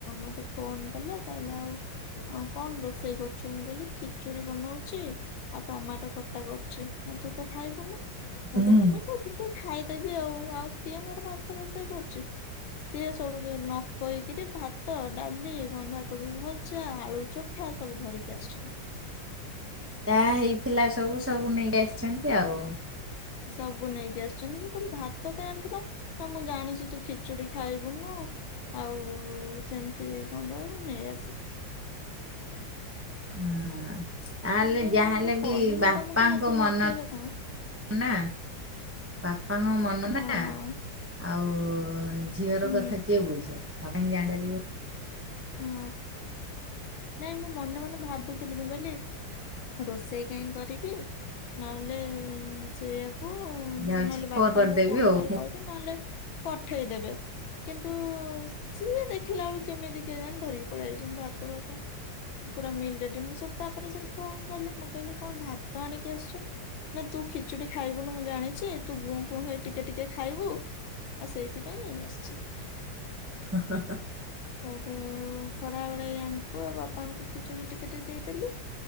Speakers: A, on the left (about 85°); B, on the right (about 20°).
A: ମତେ ଫୋନ କଲେ କହିଲେ ଆଉ ହଁ କଣ ରୋଷେଇ କରୁଛୁ ମୁଁ କହିଲି ଖିଚୁଡି ବନଉଛି। ଆଉ ଟମାଟୋ ଖଟା କରୁଛି ନା ତୁ ତ ଖାଇବୁନୁ। ମୁଁ
B: ହୁଁ।
A: କହିଲୁ ମୁଁ ସେଥିି ଟେ ଖାଇଦେବି ଆଉ ଆଉ କିଏ ମୋର ଭାତ ରୋଷେଇ କରୁଛି। ସିଏ ସବୁ ନ କହିକିରି ଭାତ ଡାଣ୍ଲି ବନ୍ଧାକୋବି ଭଜା ଆଳୁ ଚ ଖା ସବୁ ଧରିକି ଆସିଛନ୍ତି।
B: ଯାହା ହେଇଥିଲା ସବୁ ସବୁ ନେଇ ଆସିଛନ୍ତି ଆଉ।
A: ସବୁ ନେଇକି ଆସିଛନ୍ତି ମୁଁ କହୁଥିଲି ଭାତ ଖାନ୍ତିନା ନା, ମୁଁ ଜାଣିଛି ତୁ ଖିଚୁଡି ଖାଇବୁନୁ ଆଉ ସେମିତି କଣ ରହିବ ନେଇ ଆସିଲି
B: ହୁଁ। ତାହେଲେ
A: ମୁଁ କହିଲି
B: ଯାହାହେଲେ
A: ମୁଁ ତ
B: ବି
A: କହିନି
B: ବାପାଙ୍କ
A: ତମକୁ ନା ତୁ ନ
B: ମନ
A: କହିଲେ କଣ
B: ନା ବାପାଙ୍କ ମନ
A: ହଁ
B: ନା ଆଉ ଝିଅର
A: ହୁଁ
B: କଥା କିଏ ବୁଝିବ ତା ପାଇଁ ଇଆଡ଼େ
A: ହଁ, ନାଇଁ ମୁଁ ମନେ ମନେ ଭାବୁଥିଲି ମୁଁ କହିଲି ରୋଷେଇ କାହିଁ କରିବି ନହେଲେ ସେଇଆ କୁ ନହେଲେ
B: ଯାଉଛି ଫୋନ
A: ବାପାଙ୍କୁ
B: କରିଦେବି
A: ଫୋନ
B: ଆଉ।
A: କରି କହିବି ନହେଲେ ପଠେଇଦେବେ କିନ୍ତୁ ସିଏ ଦେଖିଲା ବେଳୁ କେମିତି କେଜାଣି ଧରିକି ପଳେଇାଇଛ ଭାତ ଫାତ ପୁରା ମିଲ ରେଡି, ମୁଁ ସେଠୁ ତାପରେ ସେଠୁ ଫୋନ କଲି ମୁଁ କହିଲି କଣ ଭାତ ଆଣିକି ଆସିଛ ନା ତୁ ଖିଚୁଡ଼ି ଖାଇବୁନୁ ମୁଁ ଜାଣିଛି ତୁ ଙ୍ଗୁ ପୁ ହେଇ ଟିକେ ଟିକେ ଖାଇବୁ। ଆଉ ସେଇଥିପାଇଁ ନେଇ ଆସିଛି।
B: ହ।
A: ଆଉ ତ ଖରାବେଳେ ୟାଙ୍କୁ ଆଉ ବାପାଙ୍କୁ ଖିଚୁଡ଼ି ଟିକେ ଟିକେ ଦେଇଦେଲିି